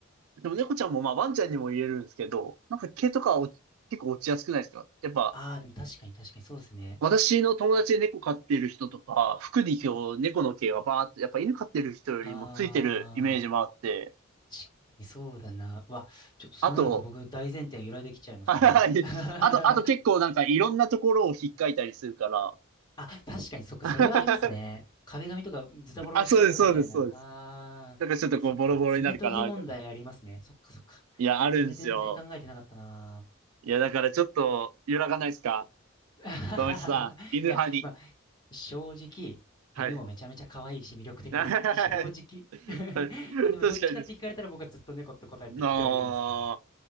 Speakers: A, on the right; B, on the left.
A: でも猫ちゃんも、まあ、ワンちゃんにも言えるんですけど、なんか毛とかは落ち結構落ちやすくないですかやっぱ、
B: ああ、でも確かに確かにそうですね。
A: 私の友達で猫飼ってる人とか、服に今日猫の毛がバーっと、やっぱ犬飼ってる人よりもついてるイメージもあって、
B: ああ、確かにそうだな。うわ、ちょっとそうなると僕大前提が揺らいできちゃいますね。
A: あと、<laughs> はい、
B: <laughs>
A: あと、あと結構なんかいろんなところをひっかいたりするから、
B: あ、確かにそっか、
A: <laughs> なんか
B: それはありますね。壁紙とかズタボロにしちゃうみたいな。
A: あ、そうです、そうです、そうです。
B: ああ、
A: だからちょっとこうボロボロになるかな、
B: そっか、そっか、爪研ぎ問題ありますね。
A: みたいな。
B: そっかそっか。
A: いや、あるんですよ。
B: それ全然考えてなかったな。
A: いや、だからちょっと揺らがないですか
B: <laughs>
A: 富田さん、犬派に。
B: いや、まあ、正直、犬もめちゃめちゃ可愛いし魅力的です。
A: はい。<laughs> はい
B: 正直。<laughs> まあでも、
A: 確かにです。
B: どっちかって聞かれたら僕はずっと猫って答えてきてはいるんですけどね。
A: なあ。